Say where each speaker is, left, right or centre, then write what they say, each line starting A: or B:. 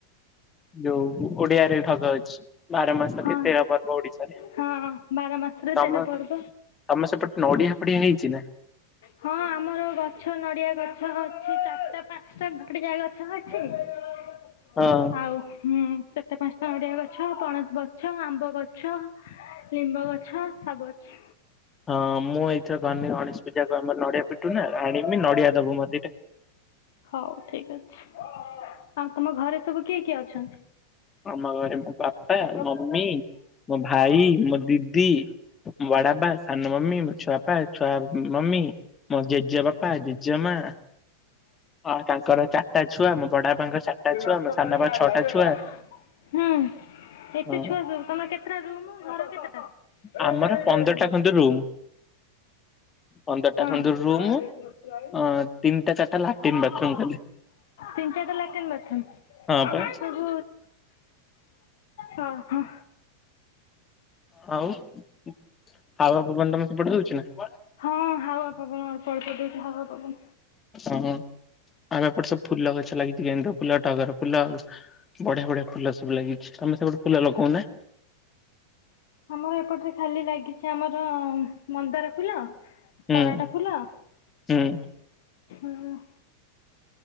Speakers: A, on the left; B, on the left.
A: <inaudible> ଯୋଉ ଓଡିଆରେ ଧଗ ଅଛି। ବାର ମାସ
B: ହଁ
A: କେ ତେର ପର୍ବ ଓଡିଶାରେ
B: ହଁ
A: <inaudible>
B: ବାର ମାସରେ
A: ତମ
B: ତେର ପର୍ବ
A: ତମେ ସେପଟେ ନଡିଆ ଏପଟେ ହେଇଛି ନା?
B: ହଁ ଆମର ଗଛ ନଡିଆ ଗଛ ଅଛି। ଚାରିଟା ପାଞ୍ଚଟା ଗୋଟେ ଗଛ ଅଛି <inaudible>
A: ହଁ।
B: ଆଉ ହୁଁ କେତେ ପାଞ୍ଚଟା ନଡିଆ ଗଛ ପଣସ ଗଛ ଆମ୍ବ ଗଛ <inaudible> ଲିମ୍ବ ଗଛ, ସବୁ ଅଛି।
A: ହଁ। ମୁଁ ଏଇଥର ଗନି ଗଣେଶ ପୂଜାକୁ ଆମର ନଡିଆ ପିଟୁ ନା ଆଣିବି ନଡିଆ ଦବୁ ମତେ ଏଟା
B: ହଉ ଠିକ ଅଛି। ଆଉ ତମ ଘରେ ସବୁ କିଏ କିଏ ଅଛନ୍ତି?
A: ଆମ ଘରେ ମୋ ବାପା,
B: ସେ
A: ମମି, <inaudible> ମୋ ଭାଇ, ମୋ ଦିଦି ବଡାପା, ସାନ ମମି, ମୋ ଛୁଆପା, ଛୁଆ ମମି, <inaudible> ମୋ ଜେଜେ ବାପା, ଜେଜେ ମା ହଁ ତାଙ୍କର ଚାରିଟା ଛୁଆ, ମୋ ବଡ ବାପାଙ୍କର ଚାରିଟା ଛୁଆ,
B: ଲକ୍ଷ୍ୟ
A: ମୋ ସାନ
B: କରିକି
A: ବାପା
B: ଆଇଲା
A: ଙ୍କ ଛଅଟା
B: ଯେ
A: ଛୁଆ
B: ନା ହୁଁ। ଏତେ
A: ହଁ
B: ଛୁଆ ସବୁ ତମର କେତେଟା ରୁମ୍ ଘର କେତେଟା ଏଇ
A: ଆମର
B: ଏଇ
A: <inaudible> ପନ୍ଦରଟା
B: ଏଇ
A: ଖଣ୍ଡେ ରୁମ୍। ପନ୍ଦର ଟା
B: ହଁ
A: ଖଣ୍ଡେ ରୁମ
B: ନା ଏଇଠି ବସି
A: <inaudible>
B: ଆଇ
A: ଅ ତିନଟା ଚାର ଟା ଲାଟିନ ବାଥରୁମ ଖାଲି <inaudible>
B: ତିନି ଚାରିଟା ଲାଟ୍ରିନ୍ ବାଥରୁମ୍
A: ହଁ।
B: ତମର
A: ପା
B: ସବୁ <inaudible> ହଁ। ହଁ।
A: ହଉ <inaudible> ଆଉ ଆପଣ ମାନେ ତମ ସେପଟେ ଦଉଛି ନା?
B: ହଁ। ହାୱା ପବନ ଅଳ୍ପ ଅଳ୍ପ ଦେଇଛି ହାୱା ପବନ।
A: ହଁ। <inaudible> ଆଉ ଏପଟେ ସବୁ ଫୁଲ ଗଛ ଲାଗିଛି। ଗେଣ୍ଡୁ ଫୁଲ, ଟଗର ଫୁଲ ବଢିଆ ବଢିଆ ଫୁଲ ସବୁ ଲାଗିଛି। ତମେ ସେ ପଟେ ଫୁଲ ଲଗଉ ନା
B: ଆମର ଏପଟ ରେ ଖାଲି ଲାଗିଛି ଆମର ମନ୍ଦାର ଫୁଲ <inaudible>
A: ହୁଁ
B: ତରାଟ ଫୁ ଫୁଲ <inaudible>
A: ହୁଁ
B: ହୁଁ।